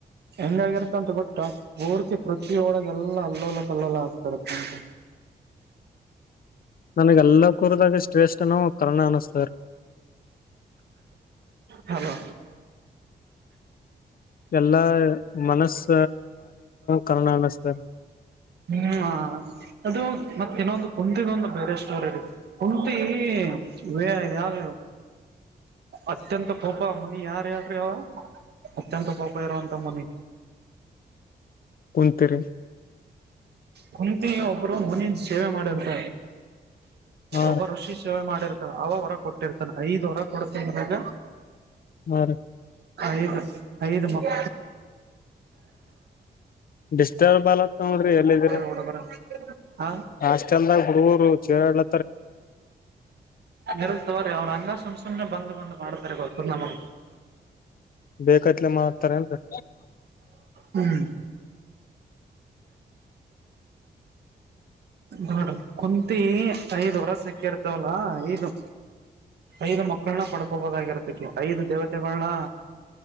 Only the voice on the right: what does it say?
ಹೆಂಗಾಗಿರುತ್ತ ಅಂತ ಗೊಟ್ಟ ಪೂರ್ತಿ ಪ್ರತಿಿಯ ಒಳಗೆ ಎಲ್ಲಾ ಅಲ್ಲೋಲ ಕಲ್ಲೋಲ ಆಗ್ತರತ್ತಂತೆ
ಹಲೋ
ಹ್ಮ್ ಅದು ಮತ್ತ ಇನ್ನೊಂದು ಕುಂತಗ ಒಂದು ಬೇರೆ ಸ್ಟೋರಿರಿ ಕುಂತಿ ವ ಯಾವ ಅತ್ಯಂತ ಕೋಪ ಮುನಿ ಯಾರ್ ಹೇಳ್ರಿ ಅವ ಅತ್ಯಂತ ಕೋಪ ಇರುವಂತ ಮುನಿ
ಕುಂತಿ ಒಬ್ರು ಮನಿಂದ ಸೇವೆ ಮಾಡ ಸ
ಒಬ್ಬ ರುಷಿ ಸೇವೆ ಮಾಡಿರುತ್ತೆ. ಅವ ಹೊರ ಕೊಟ್ಟಿರ್ತಾನ ಐದ್ ವರ ಕೊಡ್ತ ನಿಗ
ಐದು ಐದು ಮಕ್ಕ
ಹುಡುಗರು ಹ
ಮರತವ್ರೀ ಅವ್ರ ಹಂಗ ಸುಮ್ ಸುಮ್ನೆ ಬಂದ್ ಬಂದ್ ಮಾಡ್ತಾರೆ ಗೊತ್ತ ನಮ
ಹ್ಮ್ ನೋಡ್ರಿ ಕುಂತಿ ಐದ್ ವರ ಸಿಕ್ಕಿರ್ತವಲ್ಲ ಐದು ಐದ ಮಕ್ಕಳನ ಪಡ್ಕೋಬೋದಾಗಿರ್ತಕ್ಕೆ ಐದ ದೇವತೆಗಳನ